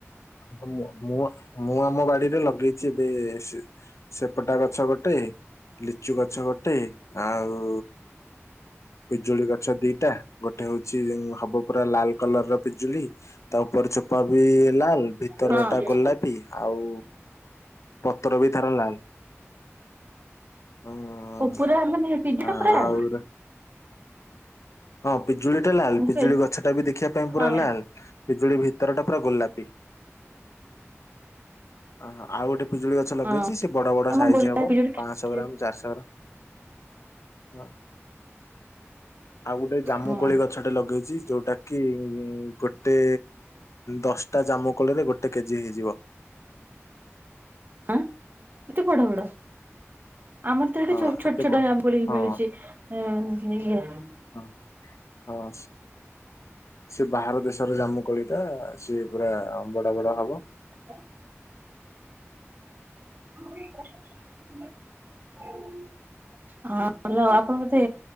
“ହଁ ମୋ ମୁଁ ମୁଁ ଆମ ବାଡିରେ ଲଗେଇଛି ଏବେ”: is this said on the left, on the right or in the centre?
Left